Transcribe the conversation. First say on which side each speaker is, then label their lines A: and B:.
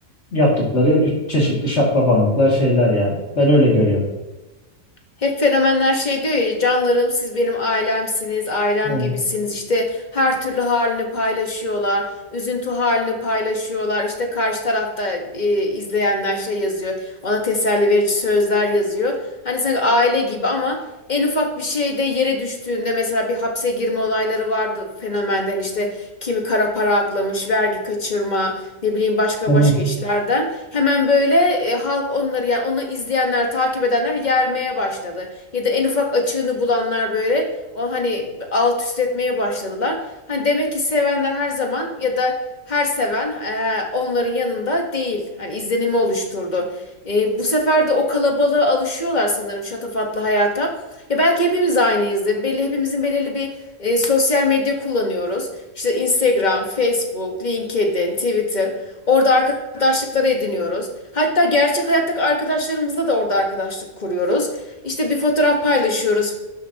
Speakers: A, on the left; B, on the left.
A: yaptıkları çeşitli şaklabanlıklar şeyler yani. Ben öyle görüyorum.
B: Hep fenomenler şey diyor ya canlarım siz benim ailemsiniz, ailem
A: Tamam.
B: gibisiniz. İşte her türlü halini paylaşıyorlar, üzüntü halini paylaşıyorlar. İşte karşı tarafta e, izleyenler şey yazıyor, ona teselli verici sözler yazıyor. Hani sanki aile gibi ama en ufak bir şeyde yere düştüğünde mesela bir hapse girme olayları vardı fenomenden işte kimi kara para aklamış, vergi kaçırma, ne bileyim başka
A: Tamam.
B: başka işlerden. Hemen böyle e, halk onları yani onu izleyenler, takip edenler yermeye başladı. Ya da en ufak açığını bulanlar böyle o hani alt üst etmeye başladılar. Hani demek ki sevenler her zaman ya da her seven e, onların yanında değil. Hani izlenimi oluşturdu. E, bu sefer de o kalabalığa alışıyorlar sanırım şatafatlı hayata. Ya belki hepimiz aynıyızdır. Belli hepimizin belirli bir e, sosyal medya kullanıyoruz. İşte Instagram, Facebook, LinkedIn, Twitter. Orada arkadaşlıkları ediniyoruz. Hatta gerçek hayattaki arkadaşlarımızla da orada arkadaşlık kuruyoruz. İşte bir fotoğraf paylaşıyoruz.